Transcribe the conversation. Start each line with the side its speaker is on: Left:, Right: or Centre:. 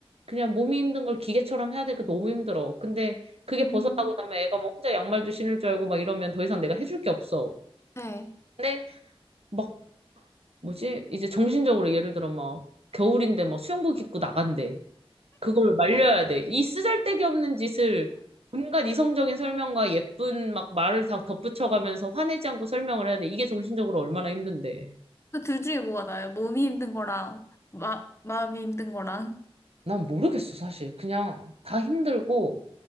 Right: 그냥 몸이 힘든 걸 기계처럼 해야 되니까 너무 힘들어. 근데 그게
Left: 음,
Right: 벗어나고 나면 애가 뭐 혼자 양말도 신을 줄 알고 막 이러면 더 이상 내가 해줄 게 없어.
Left: 네.
Right: 근데 막 뭐지? 이제 정신적으로 예를 들어 막 겨울인데 막 수영복 입고 나간대. 그걸 말려야 돼. 이 쓰잘데기 없는 짓을 온갖 이성적인 설명과 예쁜 막 말을 다 덧붙여가면서 화내지 않고 설명을 해야 돼. 이게 정신적으로 얼마나 힘든데.
Left: 그 둘 중에 뭐가 나아요? 몸이 힘든 거랑, 마, 마음이 힘든 거랑.
Right: 난 모르겠어, 사실. 그냥 다 힘들고.